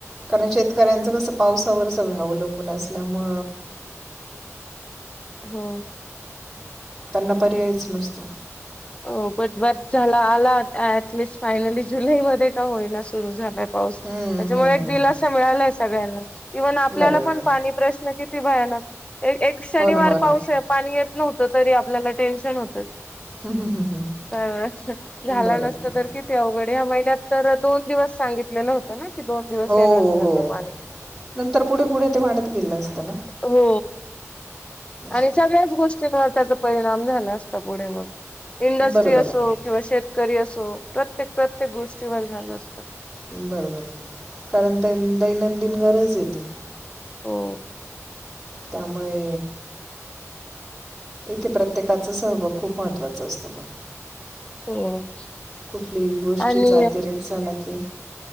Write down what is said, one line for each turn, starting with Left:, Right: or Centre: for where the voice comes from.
Centre: कारण शेतकऱ्यांचं कसं पावसावर सगळं अवलंबून असल्यामुं
Left: हो.
Centre: त्यांना पर्यायच नसतो.
Left: हो पट ब झाला आला ऍटलिस्ट फायनली जुलैमध्येध्ये का होईना सुरू झाला. पाऊस त्याच्यामुळे
Centre: हम्म, हम्म, हम्म.
Left: एक दिलासा मिळालाय सगळ्यांना इव्हन आपल्याला
Centre: बरोबर
Left: पण
Centre: आहे.
Left: पाणी प्रश्न किती व्हायलागत. एक शनिवार
Centre: हो ना हो ना
Left: पाऊस आहे पाणी येत नव्हतं तरी आपल्याला टेन्शन होतं.
Centre: हम्म, हम्म, हम्म, हम्म.
Left: तर झालं
Centre: बरोबर
Left: नसत
Centre: आहे.
Left: तर तिती अवघड ह्या महिन्यात तर दोन दिवस सांगितलेलं होतं ना की दोन दिवस
Centre: हो
Left: येणार
Centre: हो
Left: नाही
Centre: हो
Left: आता पाणी
Centre: नंतर पुढे पुढे ते वाढत गेलं असतं ना.
Left: हो
Centre: असं
Left: आणि सगळ्याच गोष्टी त्याचा परिणाम झाला असता पुढे मग इंडस्ट्री
Centre: बरोबर
Left: असो.
Centre: आहे
Left: किंवा शेतकरी असो प्रत्येक प्रत्येक गोष्टीवर झालं असतात.
Centre: बरं बर कारण त दैनंदिन गरज आहेे ते.
Left: हो
Centre: त्यामुळे इथे प्रत्येकाचा सहभाग खूप महत्त्वाचा असतो पण
Left: हो
Centre: कुठल्याही गोष्टीचा
Left: आणि
Centre: अतिरेक झाला की